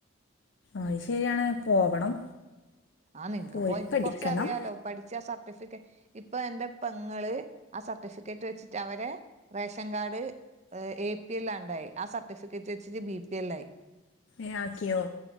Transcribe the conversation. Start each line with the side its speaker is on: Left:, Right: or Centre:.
Left: ആത്ഷെരിയാണ്, പോവണം
Right: ആഹ്.. നിൻക്ക്
Left: പോയി
Right: പോ ഇനിക്ക്
Left: പഠിക്കണം
Right: കൊറച്ചറിയാലോ പഠിച്ച സർട്ടിഫികെ ഇപ്പൊ എന്റെ പെങ്ങള് ആ സർട്ടിഫിക്കറ്റ് വെച്ചിട്ട് അവരെ റേഷൻകാർഡ് എ പി എല്ലണ്ടായി ആ സർട്ടിഫിക്കറ്റ് വെച്ചിട്ട് ബിപി എല്ലായി
Left: എാ.. ക്യോ